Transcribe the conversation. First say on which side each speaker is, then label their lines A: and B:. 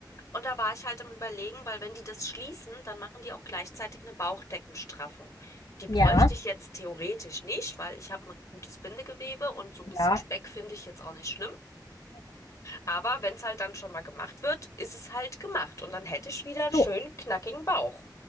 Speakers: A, on the left (about 45°); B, on the left (about 70°).
A: Und da war ich halt am Überlegen, weil wenn die das schließen, dann machen die auch gleichzeitig eine Bauchdeckenstraffung. Die bräuchte
B: Ja,
A: ich jetzt theoretisch nicht, weil ich habe ein gutes Bindegewebe und so ein bisschen
B: ja.
A: Speck finde ich jetzt auch nicht schlimm. Aber wenn es halt dann schon mal gemacht wird, ist es halt gemacht und dann hätte ich wieder einen
B: Du
A: schönen, knackigen Bauch.